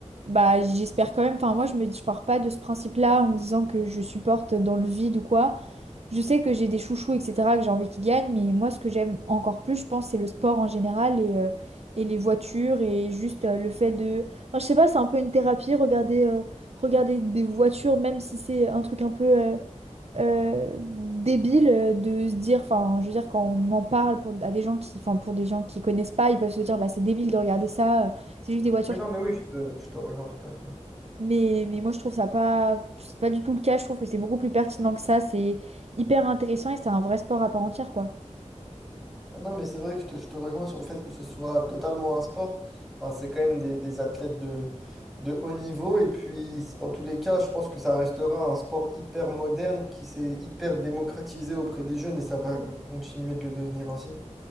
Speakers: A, on the right; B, in the centre.
A: Bah, j'espère quand même. Enfin, moi, je me je pars pas de ce principe-là en me disant que je supporte dans le vide ou quoi. Je sais que j'ai des chouchous, etc., que j'ai envie qu'ils gagnent, mais moi, ce que j'aime encore plus, je pense, c'est le sport en général et, euh, et les voitures et juste euh, le fait de. Enfin, je sais pas, c'est un peu une thérapie, regarder, euh, regarder des voitures, même si c'est un truc un peu euh, euh, débile euh, de se dire, enfin, je veux dire, quand on en parle pour, à des gens qui, enfin, pour des gens qui connaissent pas, ils peuvent se dire, bah, c'est débile de regarder ça, euh, c'est juste des voitures.
B: Oui, non, mais oui, je te, je te rejoins tout à fait. ouais.
A: Mais, mais moi, je trouve ça pas, c'est pas du tout le cas. Je trouve que c'est beaucoup plus pertinent que ça. C'est hyper intéressant et c'est un vrai sport à part entière, quoi.
B: Ah non, mais c'est vrai que je te, je te rejoins sur le fait que ce soit totalement un sport. Enfin, c'est quand même des, des athlètes de, de haut niveau. Et puis, c- dans tous les cas, je pense que ça restera un sport hyper moderne qui s'est hyper démocratisé auprès des jeunes et ça va euh, continuer de le devenir ainsi.